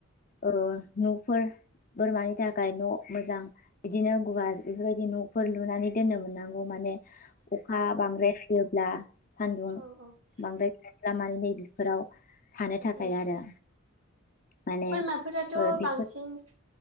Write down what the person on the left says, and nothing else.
औ न'फोर बोरमानि थाखाय न' मोजां बिदिनो गुवार बेफोरबायदि न'फोर लुनानै दोननो मोननांगौ माने अखा बांद्राय हायोब्ला सान्दुं
बांद्राय खालामनानै नै बेफोराव थानो थाखाय
आरो माने
ओ बेफोर